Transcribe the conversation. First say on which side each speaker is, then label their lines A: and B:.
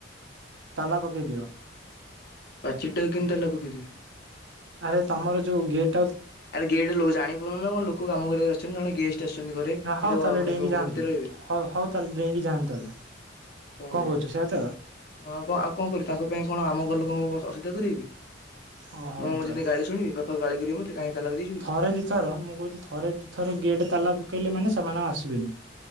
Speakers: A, on the right (about 70°); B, on the left (about 50°).
A: ତାଲା ପକେଇ ଦିଅ।
B: ପାଚିରିଟାକୁ କେମିତି ତାଲା ପକେଇ ଦେବି।
A: ଆରେ ତମର ଯୋଉ ଗେଟ।
B: ଆରେ ଗେଟ ଲ ଜାଣି ପାରୁନ ନା କଣ ଲୋକ କାମ କରିବାକୁ ଆସିଛନ୍ତି ଜଣେ ଗେଷ୍ଟ ଆସିଛନ୍ତି ଘରେ
A: ହଉ
B: ସେ ତା
A: ତାହେଲେ
B: ମାନେ
A: ଡେଇଁକି
B: ଘର
A: ଯାଆନ୍ତୁ।
B: ଭିତରେ ରହିବେ।
A: ହଉ ହଉ ତାହେଲେ ଡେଇଁକି ଯାଆନ୍ତୁ ତାହେଲେ
B: କଣ କରିବା
A: କହୁଛୁ ସେଇଆ ତ
B: କ ଆଉ କଣ କରିବା ତାଙ୍କ ପାଇଁ କଣ ଆମ ଘର ଲୋକଙ୍କ ଚିନ୍ତା କରିବି।
A: ହଁ ହଉ
B: ମୁଁ ମୁଁ
A: ତାହେଲେ।
B: ଯେମିତି ଗାଳି ଶୁଣିବି ବାପା ଗାଳି <unintelligible> ବୋଲି।
A: ଥରେ ଦିଇଥର ମୁଁ କହୁଛି ଥରେ ଦିଇଥର ଗେଟ୍ ତାଲା ପକେଇଲେ ମାନେ ସେମାନେ ଆଉ ଆସିବେନି।